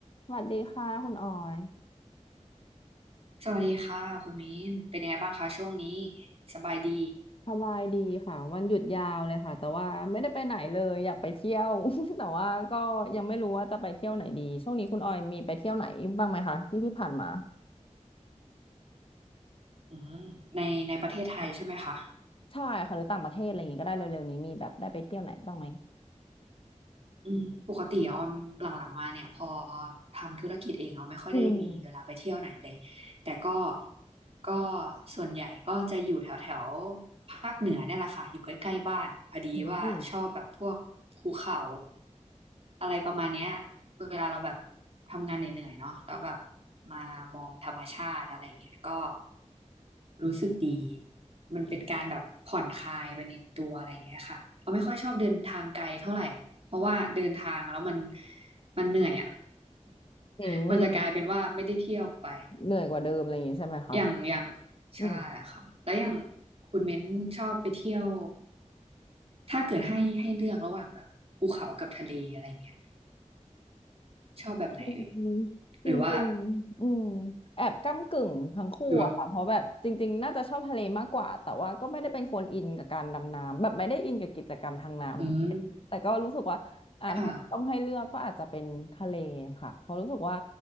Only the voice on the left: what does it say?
สวัสดีค่ะคุณออย
สบายดีค่ะวันหยุดยาวเลยค่ะแต่ว่าไม่ได้ไปไหนเลยอยากไปเที่ยว <laughs> แต่ว่าก็ยังไม่รู้ว่าจะไปเที่ยวไหนดีช่วงนี้คุณออยมีไปเที่ยวไหนบ้างไหมคะที่ที่ผ่านมา
ใช่ค่ะหรือต่างประเทศอะไรอย่างงี้ก็ได้เร็วๆนี้มีแบบได้ไปเที่ยวไหนบ้างไหม
อืม
อืม
อืม
เหนื่อยกว่าเดิมอะไรอย่างงี้ใช่ไหมคะ
อืม
อืมจริงๆอืม
แอบก้ำกึ่งทั้งคู่อะค่ะเพราะแบบจริงๆน่าจะชอบทะเลมากกว่าแต่ว่าก็ไม่ได้เป็นคนอินกับการดำน้ำแบบไม่ได้อินกับกิจกรรมทางน้ำเท่าไหร่นะแต่ก็รู้สึกว่าอ่าถ้าต้องให้เลือกก็อาจจะเป็นทะเลค่ะเพราะรู้สึกว่า